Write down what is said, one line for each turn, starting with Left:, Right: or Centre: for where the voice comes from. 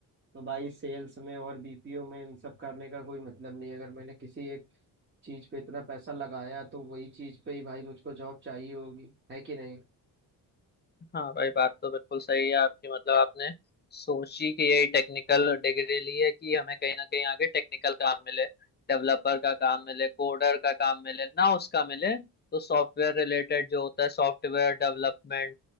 Right: तो भाई सेल्स में और बीपीओ में इन सब करने का कोई मतलब नहीं है। अगर मैंने किसी एक चीज पे इतना पैसा लगाया तो वही चीज पे ही भाई मुझको जॉब चाहिए होगी है कि नहीं
Left: हाँ भाई बात तो बिल्कुल सही है आपकी मतलब आपने सोची कि यही टेक्निकल डिग्री ली है कि हमें कहीं ना कहीं आगे टेक्निकल काम मिले डेवलपर का काम मिले कोडर का काम मिले ना उसका मिले तो सॉफ्टवेयर रिलेटेड जो होता है सॉफ्टवेयर डेवलपमेंट